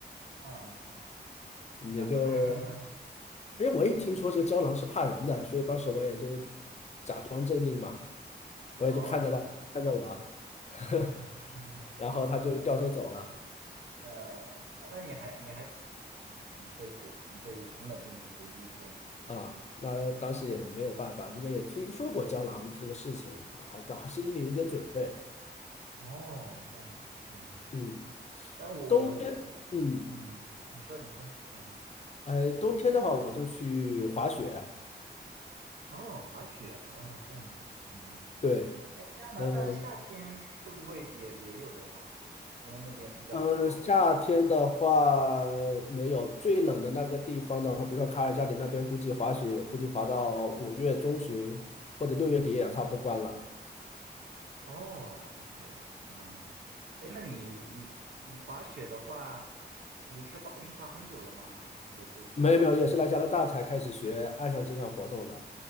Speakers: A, on the right; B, on the left.
A: 啊啊啊啊，
B: 也就，
A: 然后呢？<laughs> 嗯，
B: 哎，我也听说这个郊狼是怕人的，所以当时我也就假装镇定嘛，我也就看着它，
A: 哦哦。
B: 看着我啊，<laughs>
A: <laughs> 嗯嗯
B: 然后它就掉头走了。
A: 嗯，嗯嗯那那你还你还挺挺挺会随挺会挺冷静挺随机应变的，嗯，
B: 啊，那当时也没有办法，
A: 不对，
B: 因为也听说过胶囊这个事情，好的，好心里有点准备。
A: 哦，这样子，嗯，
B: 嗯，
A: 但我我我，
B: 冬天，嗯，
A: 嗯，你说你说，嗯，
B: 哎，冬天的话我就去滑雪，
A: 哦，滑雪，哦，这样子，嗯，
B: 对，
A: 哎，加拿大夏天是会不会也也有人滑雪呀？
B: 嗯
A: 因为那边比较靠北。
B: 嗯，夏天的话没有，最冷的那个地方的话，比如说卡尔加里那边，估计滑雪也估计滑到五月中旬或者六月底也要差不多关了。
A: 哦，OK，嗯，哎，那你你你滑雪的话，你是滑你滑很久了吗？还是说最近？
B: 没有没有，也是来加拿大才开始学爱上这项活动的。